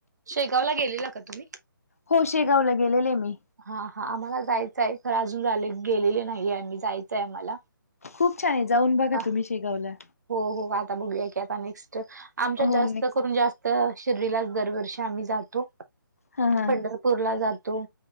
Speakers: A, on the right; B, on the left.
A: शेगावला गेलेला का तुम्ही
B: होशेगावला गेलेले मी
A: हा हा आम्हाला जायचं आहे खरं अजून झाले गेलेले नाहीे आम्ही जायचय आम्हाला
B: खूप छान आहे जाऊन बघा
A: अ
B: तुम्ही शेगावला
A: हो हो, आता बघूया की आता नेक्स्ट आमच्यात
B: हो
A: जास्त
B: नेक्स्ट
A: करून जास्त तर शिर्डीलाच दरवर्षी आम्ही जातो,
B: हा हा
A: पंढरपूरला जातो.